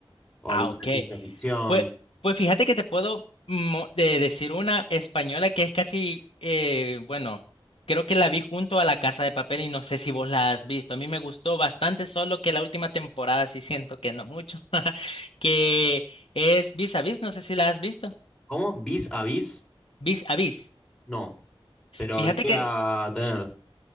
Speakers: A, in the centre; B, on the left.
A: o
B: Ah,
A: alguna
B: ok.
A: de ciencia ficción.
B: Pues, pues fíjate que te puedo mo- de- decir una española que es casi, eh, bueno, creo que la vi junto a La Casa de Papel y no sé si vos la has visto. A mí me gustó bastante, solo que la última temporada sí siento que no mucho, <laughs> que es Vis a Vis, no sé si la has visto.
A: ¿Cómo? ¿Vis a vis?
B: Vis a Vis.
A: No, pero
B: Fíjate
A: lo voy
B: que,
A: a tener.